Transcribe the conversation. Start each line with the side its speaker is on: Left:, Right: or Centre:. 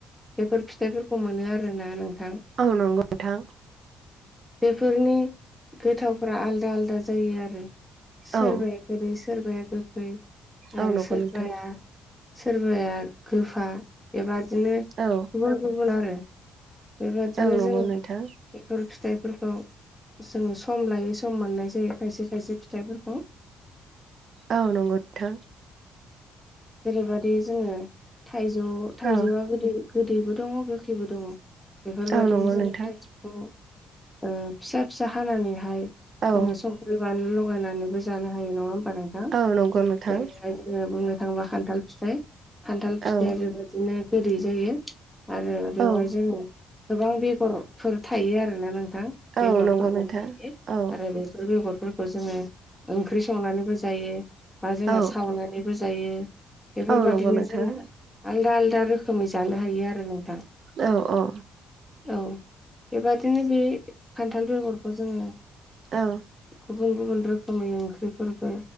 Centre: बेफोर फिथाइफोरखौ मोनो आरोना नोंथां
Right: औ नंगौ नोंथां
Centre: बेफोरनि गोथावफोरा आलदा आलदा जायो आरो सोरबाया
Right: औ
Centre: गोदै सोरबाया गोखै आरो
Right: औ नंगौ
Centre: सोरबाया
Right: नोंथां
Centre: सोरबाया गोफा बेबादिनो
Right: औ
Centre: गुबुन गुबुन आरो बेबादिनो
Right: औ नंगौ
Centre: जोंङो
Right: नोंथां
Centre: बेफोर फिथाइफोरखौ जोंङो सम लायै सम मोननाय जायो खायसे खायसे फिथाइफोर
Right: औ-औ नंगौ नोंथां
Centre: जेरैबदि जोङो थाइजौ थाइजौआ
Right: औ
Centre: गोदि गोदैबो दङ गोखैबो दङ बेफोरबायदिनो
Right: औ नंगौ
Centre: जोङो
Right: नोंथां
Centre: थाइ फिसा फिसा हानानैहाय
Right: औ
Centre: जोङो स ख्रै बानलु लगायनानैबो जानो हायो नङा होमबा नोंथां
Right: औ नंगौ नोंथां
Centre: जेरैहाय जोङो बुंनो थाङोबा खान्थाल फिथाइ खान्थाल फिथाया
Right: औ
Centre: बेबायदिनो गोदै जायो आरो बेवहाय
Right: औ
Centre: जोङो गोबां बेगरफोर थायो आरोना नों बेगरफोर
Right: औ नंगौ नोंथां
Centre: मोननो हायो
Right: औ
Centre: आरो बे बेफोर बेगरफोरखौ जोंङो ओंख्रि संनानैबो जायो बा जोंङो
Right: औ
Centre: सावनानैबो जा जायो बेफोरबादिनो
Right: औ नंगौ नोंथां
Centre: जोंङो आलदा आलदा रोखोमै जानो हायो आरो नोंथां
Right: औ-औ
Centre: औ बेबादिनो बे खान्थाल बेगरखौ जोंङो
Right: औ
Centre: गुबुन गुबुन रोखोमै ओंख्रिफोरखौ